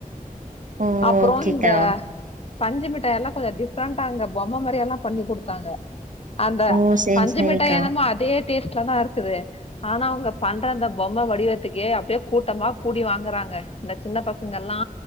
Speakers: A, on the right; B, on the left.
A: ஓ
B: அப்றோ
A: ஓகேக்கா
B: இந்த பஞ்சு மிட்டாய் எல்லா கொஞ்சோ டிஃப்ரெண்டா அங்க பொம்ம மாரி எல்லா பண்ணி குடுத்தாங்க அந்த
A: ஓ சேரி
B: பஞ்சு
A: சேரிக்கா
B: மிட்டாய் என்னமோ அதே டேஸ்ட்ல தா இருக்குது ஆனா அவங்க பண்ற அந்த பொம்ம வடிவத்துக்கு அப்டியே கூட்டமா கூடி வாங்குறாங்க இந்த சின்ன பசங்க எல்லா